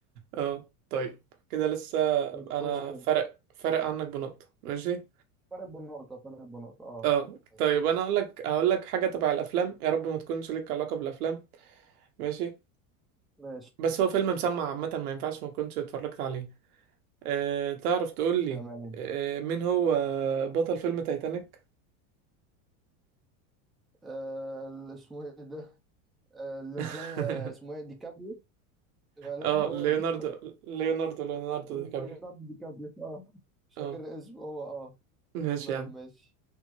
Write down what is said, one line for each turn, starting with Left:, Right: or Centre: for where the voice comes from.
Right: اه طيب كده لسه
Centre: ماشي
Right: أنا
Centre: خش انت.
Right: فرق فرق عنك بنقطة ماشي
Centre: فرق بنقطة فرق بنقطة اه
Right: اه
Centre: ماشي
Right: طيب أنا هقول لك هقول لك حاجة تبع الأفلام يا رب ما تكونش لك علاقة بالأفلام ماشي
Centre: ماشي
Right: بس هو فيلم مسمع عامة ما ينفعش ما كنتش اتفرجت عليه أه تعرف تقول لي
Centre: تمام
Right: أه مين هو بطل فيلم تايتانيك
Centre: آه اللي اسمه ايه ده؟ آه الرجال
Right: <laughs>
Centre: آه، اسمه ايه ديكابريو غالبا
Right: اه
Centre: هو
Right: ليوناردو
Centre: ديكابريو
Right: ليوناردو ليوناردو
Centre: <laughs>
Right: دي كابري
Centre: ليوناردو ديكابريو اه مش فاكر
Right: اه
Centre: اسمه هو اه
Right: ماشي
Centre: تمام
Right: يا عم
Centre: ماشي